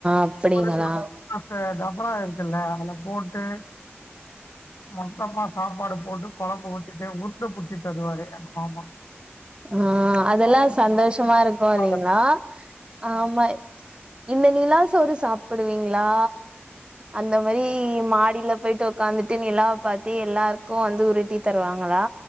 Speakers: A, on the right (about 25°); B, on the left (about 85°).
A: அப்டிங்களா
B: முருக்கு அந்த டபரா இருக்குல்ல அதுல போட்டு மொத்தமா சாப்பாடு போட்டு கொழம்பு ஊத்திட்டு உருண்ட புச்சி தருவாரு எங்க மாமா
A: ஆ அதெல்லா சந்தோஷமா இருக்கு
B: நல்லாருக்கும்.
A: இல்லைங்ளா ஆமா இந்த நிலாசோரு சாப்டுவீங்ளா அந்த மாரி மாடியில போயிட்டு உக்காந்துட்டு நிலாவ பாத்து எல்லாருக்கு வந்து உருட்டி தருவாங்ளா